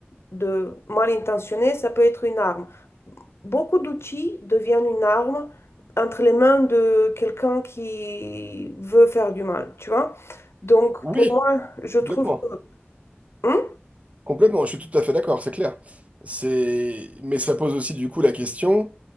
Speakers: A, on the left; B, on the right.
A: de mal intentionné, ça peut être une arme. Beaucoup d'outils deviennent une arme entre les mains de quelqu'un qui veut faire du mal, tu vois. Donc
B: Oui,
A: pour moi, je trouve
B: complètement.
A: que... Hein
B: Complètement, je suis tout à fait d'accord, c'est clair. C'est... Mais ça pose aussi du coup la question